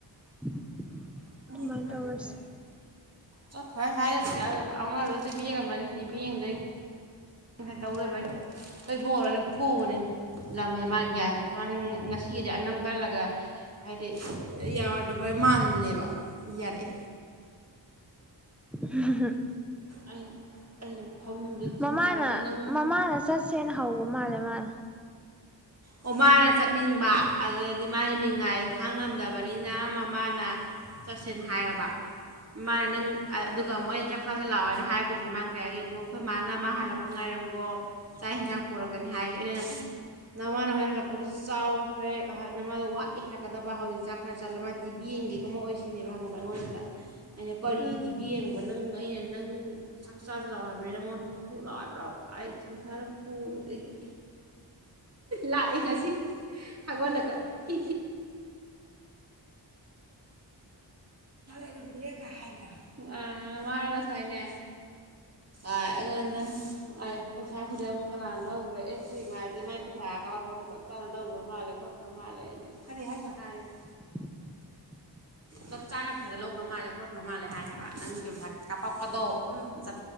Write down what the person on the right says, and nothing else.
ꯏꯅꯦꯗꯣ
ꯀꯔꯥꯢ
ꯆꯠꯈ꯭ꯔꯦ ꯆꯥꯠꯈ꯭ꯔꯦ ꯁ꯭ꯋꯥꯢꯗ ꯑꯃꯗꯣ ꯇꯤ ꯚꯤ ꯌꯦꯡꯂꯝ ꯑꯅꯤ ꯇꯤ ꯚꯤ ꯌꯦꯡꯗꯣꯢꯅꯦ ꯑꯩꯅ ꯇꯧꯔꯦꯕ ꯑꯩꯅ ꯑꯩꯈꯣꯏ ꯏꯕꯨꯡꯈꯣꯢꯅ ꯐꯨꯅꯤ ꯂꯝꯍꯦꯟ ꯃꯥ ꯒ꯭ꯌꯥꯟ ꯂꯝꯍꯦꯟ ꯉꯁꯤꯗꯤ ꯑꯅꯝ ꯀꯜꯂꯒ ꯍꯥꯏꯗꯤ ꯌꯥꯔꯣꯢꯗꯕ ꯃꯟꯅꯦꯕ ꯌꯥꯔꯛꯑꯦ
ꯑꯩ ꯑꯩꯅ ꯐꯃꯨꯡꯗꯒꯤ ꯆꯤꯡꯊꯔꯒ
ꯅꯪ
ꯑꯣ ꯃꯥꯅ ꯆꯠꯅꯤꯡꯕ ꯑꯗꯨꯗꯗꯤ ꯃꯥꯒꯤ ꯅꯤꯡꯉꯥꯏꯗꯣ ꯈꯥꯡꯉꯝꯗꯕꯅꯤꯅ ꯃꯃꯥꯅ ꯆꯠꯁꯤꯟ ꯍꯥꯏꯔꯕ ꯃꯥ ꯅꯪ ꯑꯗꯨꯒ ꯑꯃꯨꯛ ꯑꯩꯅ ꯆꯥꯛ ꯆꯁꯤꯦ ꯂꯥꯛꯑꯣ ꯍꯥꯏꯅ ꯍꯥꯏꯕꯁꯤꯗ ꯃꯥꯅ ꯀꯌꯥꯒꯤꯕꯨ ꯑꯩꯈꯣꯏ ꯃꯥꯅ ꯃꯥ ꯍꯜꯂꯛꯄ ꯄ ꯉꯥꯏꯔꯝꯈꯣ ꯆꯥꯛ ꯌꯦꯟꯁꯥꯡ ꯄꯨꯔꯛꯀꯅꯤ ꯍꯥꯏꯁꯦ ꯑꯩꯅꯩꯅ ꯅꯃꯥꯟ ꯅꯋꯥꯣꯏ ꯍꯜꯂꯛꯄ ꯆꯥꯎ ꯍꯦꯛ ꯅ ꯃꯥꯗ ꯋꯥꯠꯂꯤ ꯍꯔꯛꯀꯗꯕ ꯍꯧꯖꯤꯛ ꯆꯥꯛ ꯈꯔ ꯆꯠꯂꯝ ꯑꯃ ꯇꯤꯚꯕꯤ ꯌꯦꯡ ꯀꯩ ꯀꯨꯝꯃ ꯑꯣꯏꯁꯤꯦ ꯁꯤꯅꯦꯕ ꯍꯪꯕ꯭ꯔꯥ ꯑꯩꯉꯣꯟꯗ ꯑꯩꯅ ꯀꯔꯤ
ꯇꯤꯕ ꯌꯦꯡꯕ ꯅꯪ ꯑꯩꯅ ꯅꯪ ꯆꯥꯛ ꯆꯥꯁꯤꯜꯂꯥꯛ ꯍꯥꯏꯕꯅꯤ ꯅ ꯃꯣꯟ ꯊꯣꯛ ꯐꯨ ꯂꯥꯛꯏꯕ꯭ꯔꯥ ꯑꯩꯥꯏ ꯆꯤꯡꯊꯔ ꯄꯨꯕꯗꯒꯤ ꯂꯥꯛꯅꯁꯤ ꯑꯒꯣꯣ ꯍꯦꯗ ꯀ ꯑ ꯩꯔꯗ ꯍꯥꯏ꯭ꯔ ꯃꯥꯔ ꯉꯁꯥꯏꯅꯦ ꯑꯩꯉꯣꯟꯗ ꯑꯩ ꯄꯩꯁꯥꯁꯤꯗ ꯑꯃꯨꯛ ꯀꯅꯥ ꯂꯧꯈ꯭ꯔꯦ ꯑꯦ ꯀ ꯃꯥ ꯍꯥꯏꯁꯦ ꯃꯥꯏ ꯄꯩ ꯀꯔꯄꯣꯗꯣ ꯆꯞ ꯆꯥꯅ ꯂꯧꯈ꯭ꯔ ꯃꯥꯜꯂꯦ ꯈꯣꯠꯈ꯭ꯔ ꯃꯥꯜꯂꯦꯅ ꯀꯔꯤ ꯍꯥꯏꯕ ꯍꯥꯏꯅ
ꯆꯞ ꯆꯥꯅꯩꯁꯥꯣ ꯂꯧꯈ꯭ꯔ ꯃꯥꯜꯂꯦ ꯈꯣꯠꯈ꯭ꯔ ꯃꯥꯜꯂꯦ ꯍꯥꯏꯌꯦꯕ ꯅꯪꯒꯤ ꯄꯩꯥ ꯀꯥꯄꯛꯄꯗꯣ ꯎ ꯇ